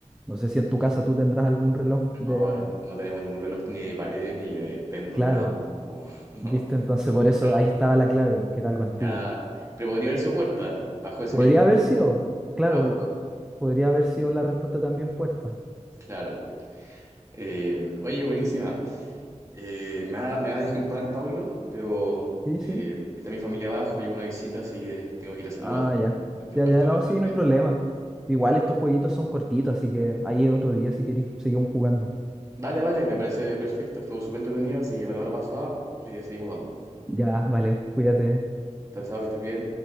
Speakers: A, in the centre; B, on the right.
A: No sé si en tu casa tú tendrás algún reloj de...
B: No, no, no tenemos ningún reloj ni de pared, ni de péndulo,
A: Claro.
B: nada. Como- <laughs>
A: ¿Viste?
B: no,
A: Entonces por eso
B: claro,
A: ahí estaba la clave, po, que era algo antiguo
B: ya. Pero podría haber sido puerta, ¿eh? bajo ese
A: Podría
B: mismo...
A: haber sido, claro,
B: Bajo,
A: la- podría haber sido la respuesta también puerta.
B: claro. Eh, oye, buenísima. Eh, me va, me va a disculpar, Pablo, pero
A: Sí,
B: eh,
A: sí.
B: está mi familia abajo, llegó una visita, así que tengo que ir a saludar.
A: Ah, ya. Ya,
B: Actualmente.
A: ya, no, sí, no hay problema. Igual estos jueguitos son cortitos, así que ahí otro día si queréis seguimos jugando.
B: Dale, vale, me parece perfecto. Estuvo súper entretenido, así que para la hora pasada le seguimos dando.
A: Ya, vale, cuídate.
B: Chao, chao, que estés bien.